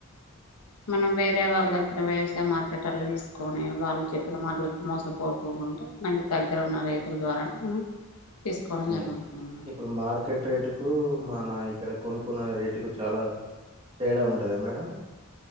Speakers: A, on the right (about 25°); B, on the left (about 85°).
A: ఉమ్.
B: మనం వేరే వాళ్ళ దగ్గర వ్యవసాయ మార్కెట్ల అట్లా తీసుకొని వాళ్ళు చెప్పిన మాటలకి మోసపోకు అంటే మనకి దగ్గర ఉన్న రైతుల ద్వారా మనం తీసుకోవడం
A: అంటే
B: జరుగుతుంది అన్నమాట
A: ఇప్పుడు మార్కెట్ రేటు కు మన ఇక్కడ కొనుకున్న రేటుకు చాలా తేడా ఉంటదా మేడం